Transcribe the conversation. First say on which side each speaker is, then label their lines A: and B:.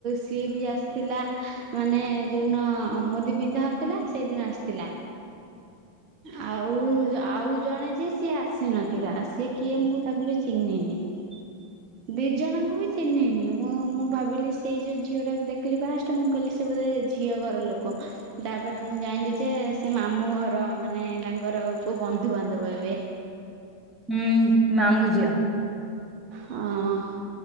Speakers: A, on the right (about 35°); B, in the centre.
A: ସିଏ ବି ଆସିଥିଲା। ମାନେ ଯଉନ ମୁଦି ପିନ୍ଧା ହଉଥିଲା ସେଇଦିନ ଆସିଥିଲା।
B: <inaudible>
A: ଆଉ ଆଉ ଜଣେ ଯେ ସିଏ ଆସିନଥିଲା ସିଏ କିଏ ମୁଁ ତାକୁ ବି ଚିହ୍ନିନି।
B: <inaudible>
A: ଦି ଜଣଙ୍କୁ ବି ଚିହ୍ନିନି ମୁଁ ମୁଁ ଭାବିଲି ସେଇ ଯୋଉ ଝିଅଟ ଟାକୁ ଦେଖିଲି ଫଷ୍ଟ ମୁଁ କହଲିି ସେ ବୋଧେ ଝିଅ ଘର ଲୋକ। ତାପରେ ମୁଁ ଜାଣିଲି ଯେ ସେ ମାମୁଁ ଘର ମାନେ ତାଙ୍କର କୋଉ ବନ୍ଧୁବାନ୍ଧବ ହେବେ।
B: ହୁଁ ମାମୁ ଝିଅ।
A: ହଁ